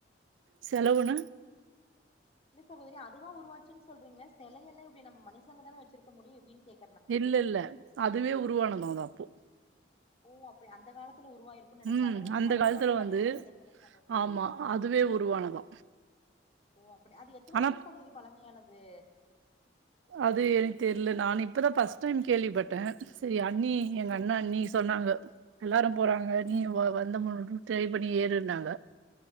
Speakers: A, on the right; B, on the left.
A: செலவுனா
B: இல்ல சகோதரி அதுவா உருவாச்சுன் சொல்றீங்ளே செலவெல்லா எப்டி நம்ம மனுஷங்கதான வெச்சுருக்க முடியு எப்டின் கேக்
A: இல்ல இல்ல அதுவே உருவானதா அது அப்போ
B: ஓ அப்டி அந்த காலத் துல உருவாய்ருக்குன் நெனைகறே
A: ம்
B: அத வந்து
A: அந்த
B: கடவுளோட
A: காலத்துல
B: படைப்புன்
A: வந்து
B: நெனைகறே சகோதரி
A: ஆமா அதுவே உருவானதா
B: ஓ அப்டி அது எத்தன
A: ஆனா
B: வருஷ சகோதரி பழமையானது
A: அது எனக் தெர்ல நானு இப்பதா ஃபஸ்ட் டைம் கேள்விபட்டே செரி அண்ணி
B: ஓ
A: எங்க
B: செரி
A: அண்ண அண்ணி சொன்னாங்க எல்லாரு போறாங்க நீயு வா வந்து மூண் ட்ரை பண்ணி ஏறுன்னாங்க